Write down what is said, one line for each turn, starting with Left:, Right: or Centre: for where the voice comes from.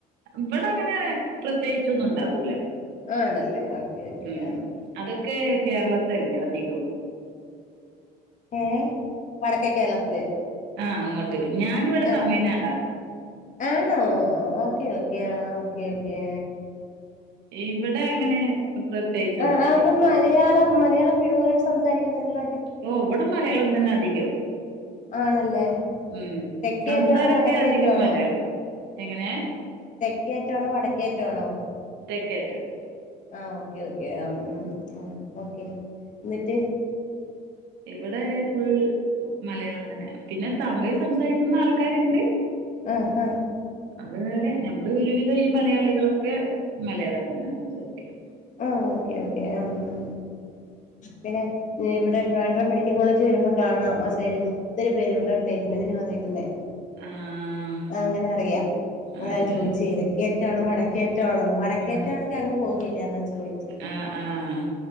Right: ഇവിടങ്ങനെ പ്രത്യേകിച്ചൊന്നും ഉണ്ടാക്കൂല.
Left: ആണല്ലേ ഓക്കേ, ഓക്കെ
Right: ഉം
Left: ആ
Right: അതൊക്കെ കേരളത്തല്ലേ അധികോം.
Left: ഏ വടക്കേ കേരളത്തില്.
Right: ആഹ് അങ്ങോട്ട് ഞാനിവിടെ
Left: ആ
Right: തമിഴ്നാട.
Left: ആണോ ഓക്കെ, ഓക്കേ, ആ ഓക്കേ, ഓക്കേ.
Right: ഇവിടെ അങ്ങനെ പ്രത്യേകി
Left: ആ, ആ ആപ്പം മലയാളം, മലയാളം പ്യൂർ ആയിട്ട് സംസാരിക്കുന്നല്ലോ.
Right: ഓ ഇവടെ മലയാളം തന്നെ അധികം
Left: ആണല്ലേ
Right: മ്
Left: തെക്കേയറ്റാണോ
Right: സംസാരൊക്കെ
Left: വടക്കേയറ്റാണോ
Right: അധികം മലയാളം എങ്ങനെ
Left: തെക്കേ അറ്റാണോ വടക്കേ അറ്റാണോ?
Right: തെക്കേറ്റം
Left: ആഹ് ഓക്കെ ഓക്കെ ആം മ് ഓക്കെ എന്നിട്ട്
Right: ഇവിടെ ഫുൾ മലയാളം തന്നെ, പിന്നെ തമിഴിൽ സംസാരിക്കുന്ന ആൾക്കാരിണ്ട്.
Left: ആഹ് ഹാ
Right: അത് വേറെ ഞമ്മള് ഒരുവിധം ഈ മലയാളികളൊക്കെ മലയാളം തന്നെ സംസാരിക്കുക.
Left: ആഹ് ഓക്കെ ഓക്കെ ആം മ് പിന്നെ പിന്നെ ഇവിടെ ട്രിവാൻഡ്രം മെഡിക്കൽ കോളജ് വരുമ്പോ കാണാം ആ സൈഡിൽ ഒത്തിരി പേരിവിടെ ട്രീറ്റ്മെന്റിന് വന്നേക്കുന്നേ
Right: ആഹ്
Left: അങ്ങനെ അറിയാം. അതാ
Right: അതെ
Left: ഞാൻ ചോയിച്ചേ
Right: അതെ
Left: തെക്കേ അറ്റാണോ വടക്കേ അറ്റോ ആണോന്ന് വടക്കേറ്റാണെങ്കിൽ
Right: ആഹ്
Left: അങ്ങ് പോവില്ല അതാ ചോയിച്ചേ.
Right: ആഹ് ആഹ്